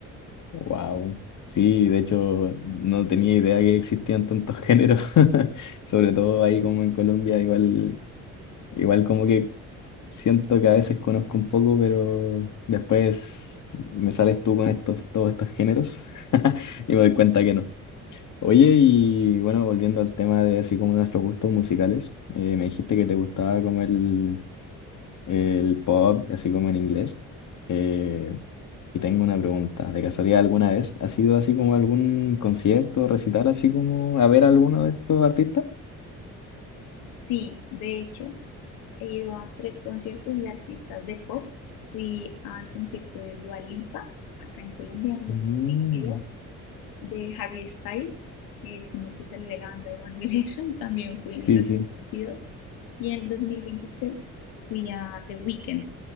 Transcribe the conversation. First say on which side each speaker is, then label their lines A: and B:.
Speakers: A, on the left (about 60°); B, on the left (about 80°).
A: wow. Sí, de hecho, no tenía idea que existían tantos géneros. <laughs> Sobre todo ahí como en Colombia, igual... Igual como que Siento que a veces conozco un poco, pero después me sales tú con estos, todos estos géneros <laughs> y me doy cuenta que no. Oye, y bueno, volviendo al tema de así como nuestros gustos musicales, eh, me dijiste que te gustaba como el, el pop, así como en inglés. Eh, y tengo una pregunta, ¿de casualidad alguna vez has ido así como a algún concierto, recital, así como a ver a alguno de estos artistas?
B: Sí, de hecho, he ido a tres conciertos de artistas de pop. Fui al concierto de Dua Lipa acá en Colombia en el 2022
A: Mm,
B: de Harry Styles, que es uno que salió de la banda de One Direction, también fui en el
A: sí,
B: dos
A: sí.
B: mil veintidós Y en el 2023 fui a The Weeknd.